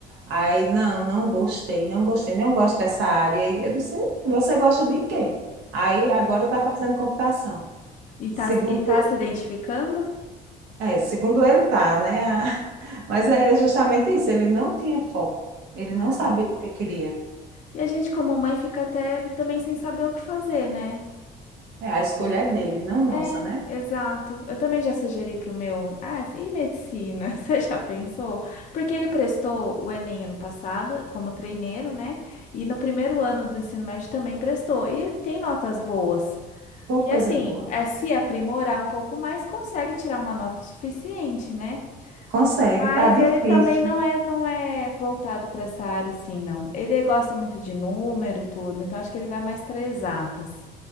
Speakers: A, on the right (about 80°); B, on the left (about 45°).
A: Aí, não, não gostei, não gostei, não gosto dessa área. E eu disse, você gosta de quê? Aí, agora está fazendo computação.
B: E tá,
A: Segundo,
B: e tá se identificando?
A: é, segundo ele tá, né? <laughs> Mas é justamente isso, ele não tinha foco, ele não
B: É.
A: sabia o que queria.
B: E a gente, como mãe, fica até também sem saber o que fazer, né?
A: É, a escolha é dele, não nossa,
B: É,
A: né?
B: exato. Eu também já sugeri pro meu, ah, e medicina? <laughs> Você já pensou? Porque ele prestou o Enem ano passado como treineiro, né? E no primeiro ano do ensino médio também prestou. E ele tem notas boas.
A: Pô,
B: E
A: coisa
B: assim,
A: boa.
B: é se aprimorar um pouco mais, consegue tirar uma nota suficiente, né?
A: Consegue,
B: Mas
A: tá difícil.
B: ele também não é, não é voltado para essa área assim, não. Ele gosta muito de número e tudo, então acho que ele vai mais para exatas.